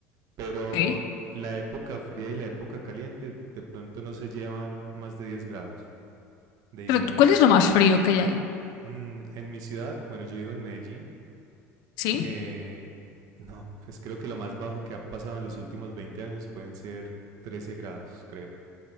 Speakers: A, on the right; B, on the left.
A: pero
B: Sí.
A: la época fría y la época caliente de pronto no se llevan más de 10 grados de diferencia.
B: Pero ¿cuál es lo más frío que hay ahí?
A: Mm, en mi ciudad, bueno, yo vivo en Medellín,
B: ¿Sí?
A: eh, no, pues creo que lo más bajo que ha pasado en los últimos 20 años pueden ser 13 grados, creo.